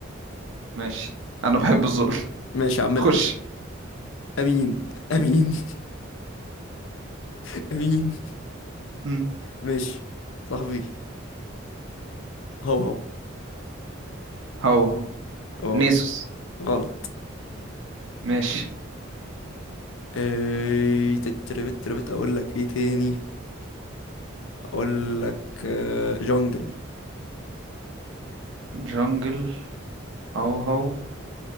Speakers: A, on the right; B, on the left.
A: ماشي انا بحب الظلم
B: ماشي
A: <laughs>
B: يا عم
A: خش
B: امين امين <laughs> امين
A: مم.
B: ماشي صاحبي هو هو
A: هو هو
B: اه
A: نيسوس
B: غلط
A: ماشي
B: ايه تتربت تربت اقول لك ايه تاني اقول لك آه، جونجل
A: جنجل هو هو